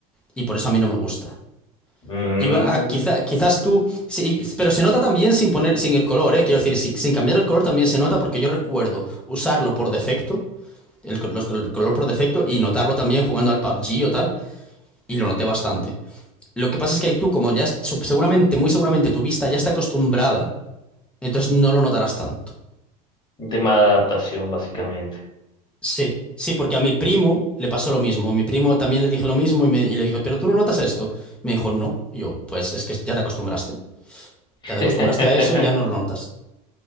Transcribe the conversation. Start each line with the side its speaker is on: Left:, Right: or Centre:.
Centre: Y por eso a mí no me gusta.
Left: mm,
Centre: Igual, ah, quizá- quizás tú, sí, pero se nota también sin poner, sin el color, ¿eh? Quiero decir, si- sin cambiar el color también se nota porque yo recuerdo usarlo por defecto, el, col- los- el color por defecto y notarlo también jugando al PUBG o tal, y lo noté bastante. Lo que pasa es que tú, como ya es- su- seguramente, muy seguramente tu vista ya está acostumbrada, entonces no lo notarás tanto.
Left: un tema de adaptación, básicamente.
Centre: Sí. Sí, porque a mi primo le pasó lo mismo. Mi primo también le dije lo mismo y, me- y le dije, pero tú no notas esto. Me dijo, no. Y yo, pues es que ya te acostumbraste. Ya te acostumbraste
Left: <laughs>
Centre: a eso y ya no lo notas.